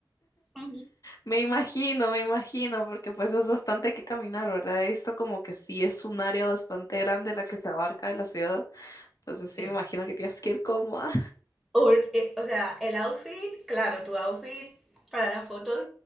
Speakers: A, in the centre; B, on the left.
A: Ujú.
B: me imagino, me imagino, porque pues es bastante que caminar, ¿verdad? He visto como que sí es un área bastante grande la que se abarca de la ciudad, entonces sí
A: sí.
B: me imagino que tienes que ir cómoda.
A: O, eh, o sea, el outfit, claro, tu outfit para las fotos